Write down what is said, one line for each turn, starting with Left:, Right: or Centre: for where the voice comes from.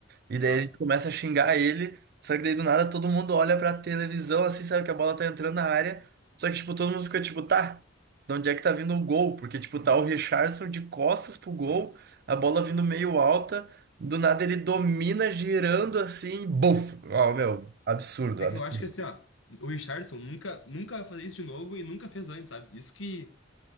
Right: E daí
Left: Ah.
Right: a gente começa a xingar ele, só que daí do nada todo mundo olha pra televisão assim, sabe que a bola tá entrando na área. Só que, tipo, todo mundo fica tipo, tá, de onde é que tá vindo o gol? Porque, tipo, tá o Richarlison de costas pro gol, a bola vindo meio alta, do nada ele domina girando assim, buf! Ó, meu, absurdo,
Left: É
Right: absurdo.
Left: que eu acho que assim, ó, o Richarlison nunca, nunca vai fazer isso de novo e nunca fez antes, sabe? Isso que,